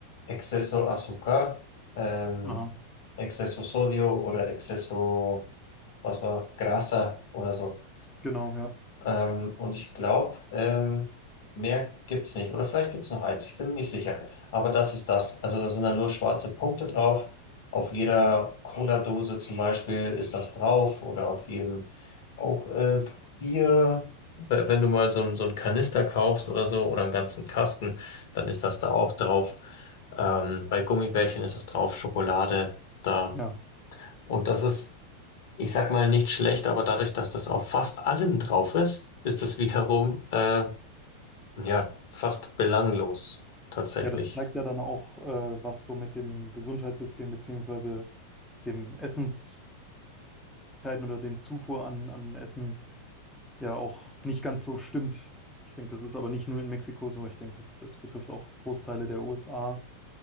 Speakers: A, on the left (about 50°); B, in the centre.
A: Exceso Azúcar. Ähm,
B: Aha.
A: Exceso Sodio oder Exceso, was war, Grasa oder so.
B: Genau, ja.
A: Ähm, und ich glaube, ähm, mehr gibt's nicht. Oder vielleicht gibt's noch eins, ich bin mir nicht sicher. Aber das ist das. Also da sind dann nur schwarze Punkte drauf. Auf jeder Cola-Dose zum Beispiel ist das drauf oder auf jedem auch äh, Bier. We- Wenn du mal so, ein- so einen Kanister kaufst oder so oder einen ganzen Kasten, dann ist das da auch drauf. Ähm, bei Gummibärchen ist es drauf, Schokolade. Da
B: Ja.
A: und das ist, ich sag mal, nicht schlecht, aber dadurch, dass das auf fast allem drauf ist, ist es wiederum, äh, ja, fast belanglos, tatsächlich.
B: Ja, das zeigt ja dann auch, äh, was so mit dem Gesundheitssystem beziehungsweise dem Essensmöglichkeiten oder dem Zufuhr an, an Essen ja auch nicht ganz so stimmt. Ich denke, das ist aber nicht nur in Mexiko so. Ich denke, das, das betrifft auch Großteile der USA.